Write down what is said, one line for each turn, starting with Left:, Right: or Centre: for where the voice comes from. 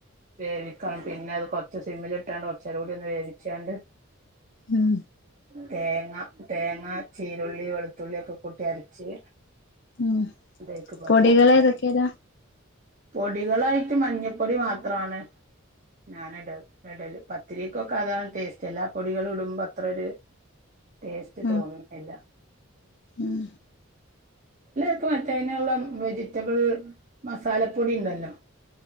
Right: വേവിക്കണം പിന്നെ അത് കൊറച്ച് സിമ്മിലിട്ടാണ്ട് കുറചെരം കൂടി ഒന്ന് വേവിച്ചാണ്ട്
Left: ഉം
Right: തേങ്ങ തേങ്ങ ചീരുള്ളി വെളുത്തുള്ളി ഒക്കെ കൂട്ടി അരച്ച്
Left: ഉം
Right: അതേക്ക് പാരും
Left: പൊടികള് ഏതൊക്കെ ഇടാ
Right: പൊടികളായിട്ട് മഞ്ഞപ്പൊടി മാത്രാണ് ഞാൻ ഇട ഇടല് പത്തിരിക്കൊക്കെ അതാണ് ടേസ്റ്റ് എല്ലാ പൊടികളും ഇടുമ്പോ അത്രൊരു ടേസ്റ്റ്
Left: ഉം
Right: തോന്നുന്നില്ല
Left: ഉം
Right: ഇപ്പൊ മറ്റേ അയ്നുള്ള വെജിറ്റബിൾ മസാലപ്പൊടി ഇണ്ടല്ലോ